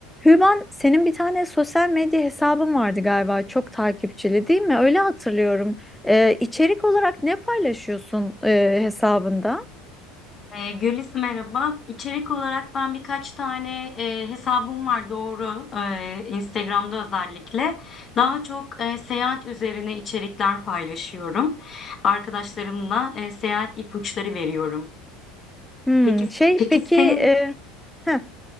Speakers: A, in the centre; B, on the left (about 30°).
A: Hüban, senin bir tane sosyal medya hesabın vardı galiba, çok takipçili değil mi? Öyle hatırlıyorum. Ee, içerik olarak ne paylaşıyorsun e, hesabında?
B: E, Gülis merhaba. İçerik olarak ben birkaç tane e, hesabım var doğru. E, Instagram'da özellikle. Daha çok e, seyahat üzerine içerikler paylaşıyorum. Arkadaşlarımla e, seyahat ipuçları veriyorum.
A: Hmm,
B: Peki
A: şey
B: peki
A: peki,
B: senin
A: e, heh,